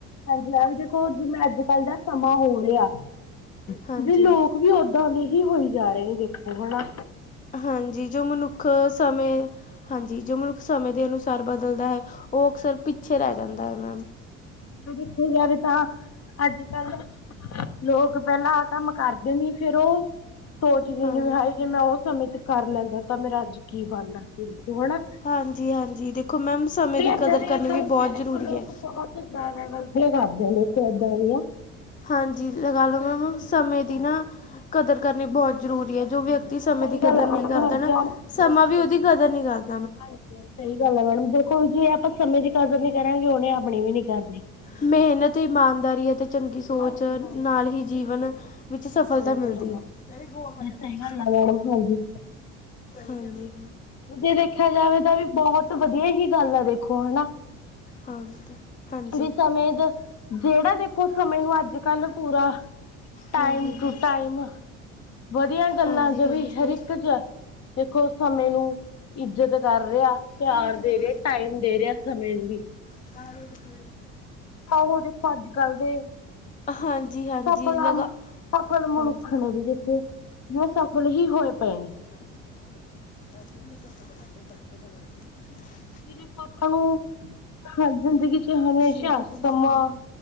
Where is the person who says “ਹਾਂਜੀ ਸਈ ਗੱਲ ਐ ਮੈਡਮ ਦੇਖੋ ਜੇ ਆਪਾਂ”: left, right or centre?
Left